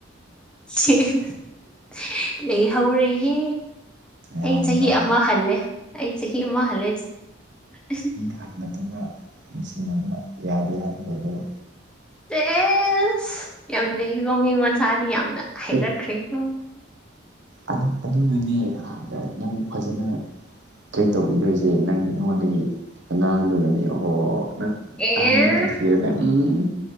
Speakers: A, in the centre; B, on the right.
A: ꯁꯤ ꯍ ꯍ ꯂꯩ ꯍꯧꯔꯦꯍꯦ ꯑꯩ
B: ꯌꯥꯝꯃꯤꯗ
A: ꯆꯍꯤ ꯑꯃ ꯍꯜꯂꯦ ꯑꯩ ꯆꯍꯤ ꯑꯃ ꯍꯜꯂꯦ ꯆꯤ ꯑꯍ
B: ꯑꯍꯟ ꯃꯇꯨꯒ ꯅꯨꯡꯁꯤꯅꯕ ꯌꯥꯗꯦ ꯍꯥꯏꯕ ꯂꯩꯕ꯭ꯔꯣ
A: ꯆꯦꯁ ꯌꯥꯝ ꯅꯩꯀꯣ ꯃꯤ ꯃꯆꯥꯗꯤ ꯌꯥꯝꯅ ꯍꯩꯔꯛꯈ꯭ꯔꯦꯀꯣ
B: ꯑꯦ ꯑꯗꯨ ꯑꯗꯨꯅꯅꯦ ꯍꯥꯟꯅ ꯅꯪ ꯐꯖꯅ ꯇ꯭ꯔꯤꯠ ꯇꯧꯕꯤꯗꯣꯏꯁꯦ ꯅꯪ ꯑꯩꯉꯣꯟꯗꯒꯤ ꯑꯉꯥꯡꯗꯨꯅꯅꯦ ꯑꯣꯍꯣ ꯅꯪ
A: ꯑꯦ
B: ꯑꯍꯟꯗ ꯅꯨꯡꯁꯤꯔꯗꯤ ꯎꯝ